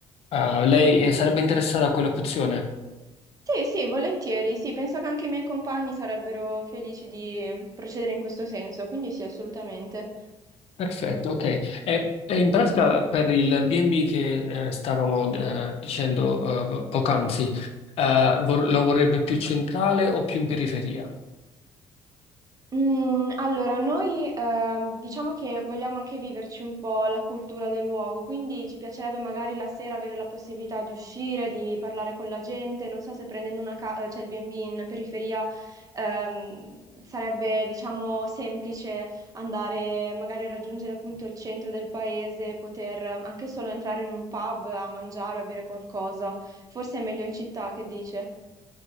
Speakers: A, on the left (about 65°); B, on the right (about 30°).
A: Ah, lei eh, sarebbe interessata a quell'opzione?
B: Sì, sì, volentieri. Sì, penso che anche i miei compagni sarebbero felici di procedere in questo senso, quindi sì, assolutamente.
A: Perfetto, ok. E, e in pratica per il B&B che eh, stavamo eh, dicendo eh, poc'anzi, eh, vor- lo vorrebbe più centrale o più in periferia?
B: Mm, allora, noi ehm, diciamo che vogliamo anche viverci un po' la cultura del luogo, quindi ci piacerebbe magari la sera avere la possibilità di uscire, di parlare con la gente. Non so se prendendo una ca- eh, cioè il B&B in periferia ehm, sarebbe, diciamo, semplice andare magari a raggiungere appunto il centro del paese, poter eh, anche solo entrare in un pub a mangiare o a bere qualcosa. Forse è meglio in città, che dice?